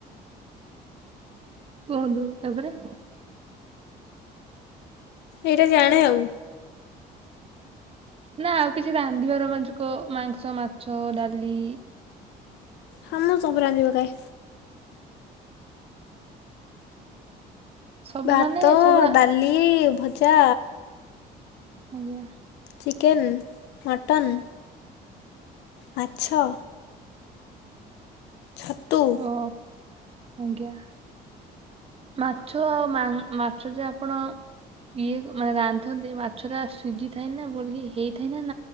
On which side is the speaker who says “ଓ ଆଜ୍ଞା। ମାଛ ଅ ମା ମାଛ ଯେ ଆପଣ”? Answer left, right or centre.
Right